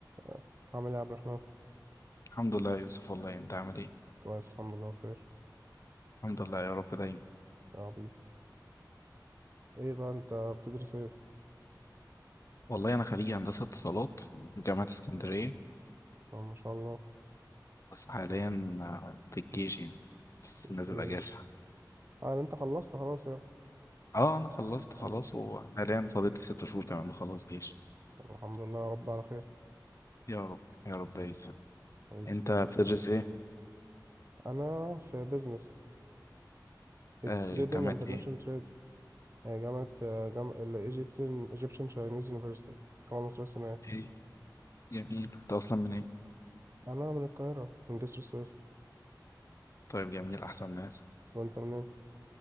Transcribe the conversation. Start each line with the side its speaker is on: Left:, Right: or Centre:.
Right: آه، عامل ايه يا عبد الرحمن
Left: الحمد لله يا يوسف والله انت عامل ايه
Right: كويس الحمد لله بخير
Left: الحمد لله يا رب دايما
Right: يا حبيبي ايه بقى انت بتدرس ايه
Left: والله انا خريج هندسه اتصالات من جامعه اسكندريه
Right: آه، ما شاء الله
Left: بس حاليا آه، في الجيش يعني بس
Right: في الجيش
Left: نازل اجازه
Right: اه، يعني انت خلصت خلاص يعني
Left: اه انا خلصت خلاص
Right: آه،
Left: وحاليا فاضل لي ست شهور كمان اخلص جيش
Right: طب الحمد لله يا رب على خير
Left: يا رب يا رب يا يوسف
Right: حبيبي
Left: انت بتدرس ايه
Right: انا في بيزنس التريدنج
Left: آه جامعه
Right: انترناشونال
Left: ايه
Right: تريد جامعة آه، جامعة الايجيبتين ايجيبشن تشاينيز يونيفرسيتي الجامعة المصرية الصينية
Left: ايه جميل انت اصلا من ايه
Right: انا من القاهرة من جسر السويس
Left: طيب جميل احسن ناس
Right: بس انت منين